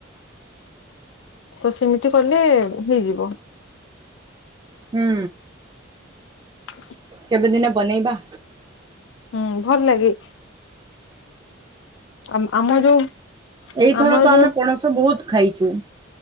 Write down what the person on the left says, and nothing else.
ତ ସେମିତି କଲେ ହେଇଯିବ।
ହ
ହୁଁ ଭଲ ଲାଗେ। ଆମ ଆମ ଯୋଉ
ଆମର
ଯୋଉ